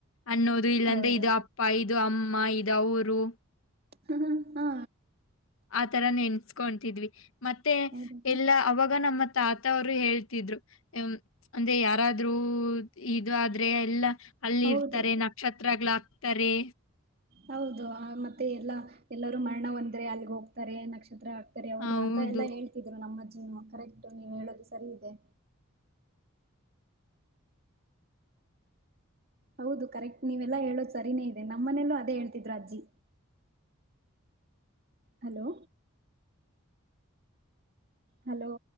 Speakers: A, on the left (about 70°); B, on the right (about 45°).
A: ಅನ್ನೋದು ಇಲ್ಲಾಂದ್ರೆ
B: ಹೌದು
A: ಇದು ಅಪ್ಪ ಇ ಇದು ಅಮ್ಮ ಇದ್ ಅವ್ರು.
B: ಹಃ ಹಃ ಹಾ.
A: ಆತರ ನೆನ್ಸ್ಕೊಂಡ್ತಿದ್ವಿ. ಮತ್ತೆ
B: ಹೌದು
A: ಎಲ್ಲಾ ಅವಾಗ ನಮ್ಮತ್ ತಾತ ಅವ್ರು ಹೇಳ್ತಿದ್ರು ಜಿಮ್ ಅಂದ್ರೆ ಯಾರಾದ್ರರು ಇದು ಆದ್ರೆ ಎಲ್ಲಾ. ಅಲ್
B: ಹೌದು
A: ಇರ್ತಾರೆ ನಕ್ಷತ್ರಗಳ ಆಗ್ತಾರೆ.
B: ಹೌದು ಅ ಮತ್ತೆ ಎಲ್ಲಾ ಎಲ್ಲರೂ ಮರ್ಣ ಹೊಂದ್ರೆ ಅಲ್ಲಿಗ್ ಹೋಗ್ತಾರೆ ನಕ್ಷತ್ರ ಆಗ್ ತರೆ ಅವ್ರು
A: ಹೌದು
B: ಅಂತ ಎಲ್ಲ ಹೇಳ್ತಿದ್ರು ನಮ್ ಅಜ್ಜಿ ಜಿನು ಕರೆಕ್ಟು ನೀವ್ ಹೇಳೋದು ಸರಿ ಇದೆ. ಹೌದು ಕರೆಕ್ಟ್ ನೀವೆಲ್ಲಾ ಹೇಳೋದು ಸರಿನೇ ಇದೆ ನಮ್ ಮನೇಲೂ ಅದೇ ಹೇಳ್ತಿದ್ರು ಅಜ್ಜಿ. ಹಲೋ. ಹಲೋ.